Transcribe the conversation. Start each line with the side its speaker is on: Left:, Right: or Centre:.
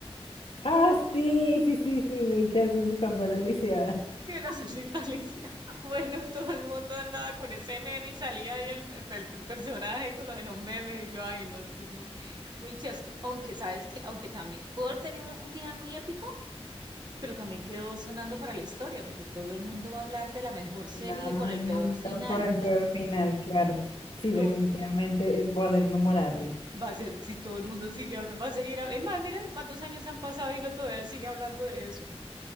Left: Ah, sí, sí, sí, sí, de que haces usando la lisiada.
Right: Que de la salsita lisiado. <laughs> Bueno, todo el mundo andaba con ese meme y salía ahí el, el- el- el personaje con lo de los memes. Y yo, ay, no, es que es muy, muy chasco. Aunque, ¿sabes que Aunque también pudo haber tenido un, un final muy épico, pero también quedó sonando para la historia, porque todo el mundo va a hablar de la mejor serie
Left: Claro,
Right: con el peor final.
Left: con el peor final, claro.
Right: <laughs>
Left: Sí,
Right: Y Como
Left: definitivamente eh, va a ser memorable.
Right: va a ser, si todo el mundo sigue hablando, va a seguir. hab- Es más, mira cuántos años han pasado y no todavía sigue hablando de eso.